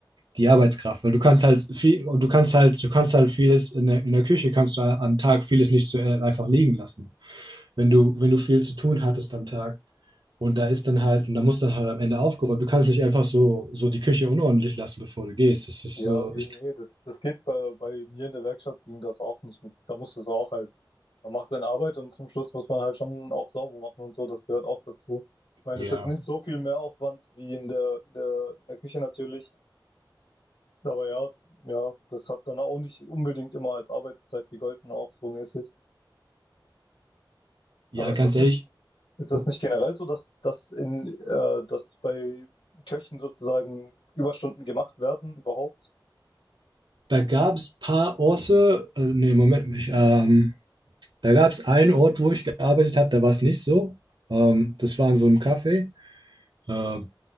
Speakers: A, on the right; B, on the left.
A: die Arbeitskraft, weil du kannst halt viel, du kannst halt, du kannst halt vieles in der, in der Küche kannst du am Tag vieles nicht so äh, einfach liegen lassen. Wenn du, wenn du viel zu tun hattest am Tag und da ist dann halt, und da muss dann halt am Ende aufgeräumt. Du kannst nicht einfach so, so die Küche unordentlich lassen, bevor du gehst. Das ist
B: Ja,
A: so,
B: nee,
A: ich,
B: nee, das, das geht bei, bei mir in der Werkstatt ging das auch nicht mit. Da musste es auch halt, man macht seine Arbeit und zum Schluss muss man halt schon auch sauber machen und so, das gehört auch dazu. Ich meine,
A: ja,
B: das ist jetzt nicht so viel mehr Aufwand wie in der, in der, in der Küche natürlich, aber ja, es, ja, das hat dann auch nicht unbedingt immer als Arbeitszeit gegolten, auch so mäßig.
A: ja,
B: Aber ist
A: ganz
B: das
A: ehrlich,
B: nicht, ist das
A: oh,
B: nicht generell so, dass, dass in, äh, dass bei Köchen sozusagen Überstunden gemacht werden überhaupt?
A: da gab es paar Orte, äh, nee, Moment, ich, ähm, Da gab es einen Ort, wo ich gearbeitet habe, da war es nicht so. Ähm, das war in so einem Café. Äh,